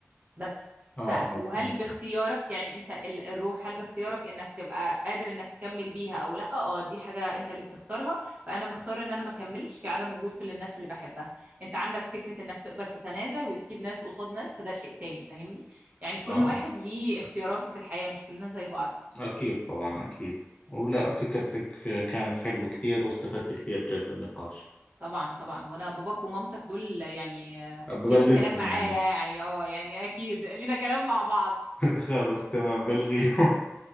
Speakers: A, on the right (about 35°); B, on the left (about 25°).
A: بس
B: آه
A: ف
B: آه
A: وهل
B: فهمت
A: باختيارك يعني انت ال- الروح هل باختيارك انك تبقى قادر انك تكمل بيها او لا اه دي حاجة انت اللي بتختارها فانا مختارة ان انا ما اكملش في عدم وجود كل الناس اللي بحبها انت عندك فكرة انك تقدر تتنازل وتسيب ناس قصاد ناس فده شيء تاني فاهمني يعني كل
B: آه آه
A: واحد ليه اختياراته في الحياة مش كلنا زي بعض
B: أكيد طبعا أكيد ولا فكرتك آه، كانت حلوة كثير واستفدت كثير جد بالنقاش
A: طبعا طبعا وانا باباك ومامتك دول يعني آه،
B: ببلغهم
A: ليهم كلام معايا
B: عنك
A: يعني اه يعني اكيد لينا كلام مع بعض
B: <laughs> خلاص تمام بلغيهم